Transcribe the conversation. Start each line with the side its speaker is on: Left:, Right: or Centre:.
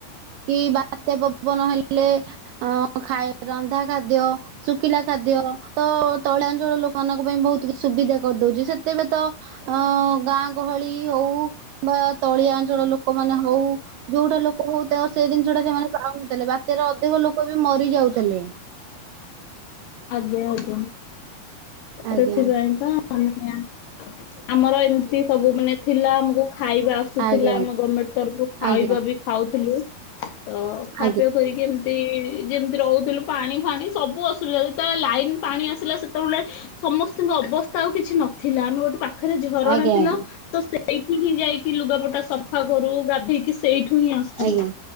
Right: କି ବାତ୍ୟା ପବନ ହେଲେ ଲେ, ଅ ଖାଇ ରନ୍ଧା ଖାଦ୍ୟ, ଶୁଖିଲା ଖାଦ୍ୟ, ତ ତଳିଆ ଅଞ୍ଚଳ ଲୋକମାନଙ୍କ ପାଇଁ ବହୁତ କିଛି ସୁବିଧା କରିଦଉଚି। ସେତେବେଳେ ତ ଅ ଗାଁ ଗହଳି ହଉ, ବା ତଳିଆ ଅଞ୍ଚଳ ଲୋକମାନେ ହଉ, ଯୋଉଟା ଲୋକ ହଉ ତାଙ୍କର ସେ ଜିନିଷଟା ସେମାନେ ପାଉନଥିଲେ, ବାତ୍ୟାରେ ଅଧିକ ଲୋକ ବି ମରି ଯାଉଥେଲେ।
Left: ଆଜ୍ଞା ଆଜ୍ଞା। ସେଥିପାଇଁକା
Right: ଆଜ୍ଞା
Left: ଆମେ ଆ ଆମର ଏମତି ସବୁ ମାନେ ଥିଲା ଆମକୁ ଖାଇବା ଆସୁଥିଲା,
Right: ଆଜ୍ଞା
Left: ଆମ ଗମେଣ୍ଟ ତରଫରୁ ଖାଇବା
Right: ଆଜ୍ଞା
Left: ବି ଖାଉଥିଲୁ। ତ ଖାଅ
Right: ଆଜ୍ଞା
Left: ପିଅ କରିକି ଏମତି, ଯେମତି ରହୁଥିଲୁ ପାଣି ଫାଣି ସବୁ ଅସୁ ଥିଲା ଯେତେ ଲାଇନ ପାଣି ଆସିଲା, ସେତେବେଳେ ସମସ୍ତିଙ୍କ ଅବସ୍ଥା ଆଉ କିଛି ନଥିଲା। ଆମେ ଗୋଟେ ପାଖରେ ଝରଣା
Right: ଆଜ୍ଞା
Left: ଥିଲା, ତ ସେଇଠି ହିଁ ଯାଇକି ଲୁଗାପଟା ସଫା କରୁ, ଗାଧେଇକି ସେଇଠି ଏଠୁ ହିଁ ଆସୁ
Right: ଆଜ୍ଞା